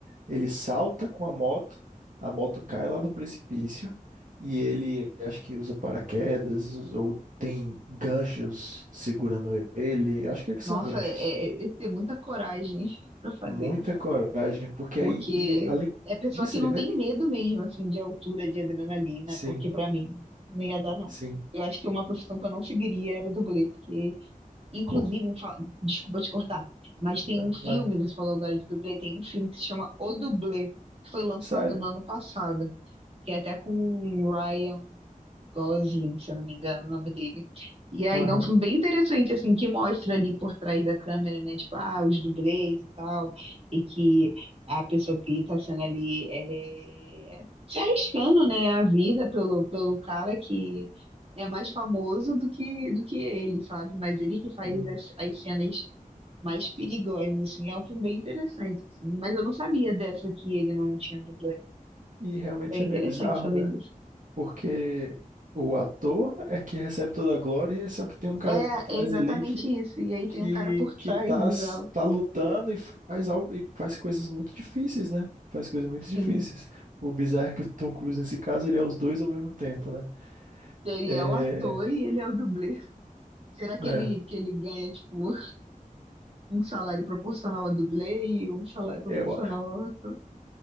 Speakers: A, on the right; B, on the right.
A: ele salta com a moto, a moto cai lá no precipício e ele acho que usa paraquedas ou tem ganchos segurando ele. Acho que é que
B: Nossa,
A: são ganchos.
B: é, é ter muita coragem <laughs> pra fazer
A: Muita
B: isso.
A: coragem, porque
B: Porque
A: aí, e além
B: é pessoa
A: disso,
B: que não
A: ele vai.
B: tem medo mesmo, assim, de altura, de adrenalina,
A: Sim,
B: porque pra mim nem ia dar, não.
A: sim.
B: Eu acho que uma profissão que eu não seguiria era dublê, porque, inclusive,
A: Pouco,
B: em fa- desculpa te cortar, mas tem
A: né?
B: um
A: Claro.
B: filme, você falou agora de dublê, tem um filme que se chama O Dublê, que foi lançado
A: Sério?
B: no ano passado, que é até com o Ryan Gosling, se eu não me engano, o nome dele. E aí
A: Aham.
B: é um filme bem interessante, assim, que mostra ali por trás da câmera, né? Tipo, ah, os dublês e tal, e que a pessoa que tá sendo ali é, se arriscando, né, a vida pelo, pelo cara que é mais famoso do que, do que ele, sabe? Mas ele que faz
A: sim.
B: as, as cenas mais perigosas, assim, é um filme bem interessante, assim. Mas eu não sabia dessa que ele não tinha dublê.
A: E realmente
B: Bem
A: é
B: interessante
A: meio bizarro,
B: saber
A: né?
B: disso.
A: Porque o ator é que recebe toda a glória, só que tem um cara
B: É,
A: por trás
B: é exatamente
A: ali que
B: isso. E aí tem
A: que
B: um cara por trás,
A: que tá,
B: bizarro.
A: tá lutando e faz algo e faz coisas muito difíceis, né? Faz coisas muito
B: Sim.
A: difíceis. O bizarro é que o Tom Cruise nesse caso ele é os dois ao mesmo tempo, né?
B: Ele
A: É,
B: é o ator e ele é o dublê. Será que
A: é.
B: ele, que ele ganha, tipo, um salário proporcional a dublê e um salário proporcional
A: Eu,
B: ao ator?